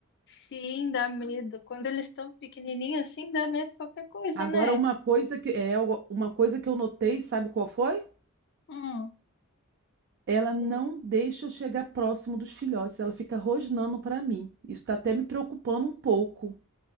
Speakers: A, on the left; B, on the right.
A: Sim, dá medo. Quando eles estão pequenininhos assim, dá medo de qualquer coisa,
B: Agora,
A: né?
B: uma coisa que é uma coisa que eu notei, sabe qual foi?
A: Hum,
B: Ela não
A: que-
B: deixa eu chegar próximo dos filhotes, ela fica rosnando para mim. Isso está até me preocupando um pouco.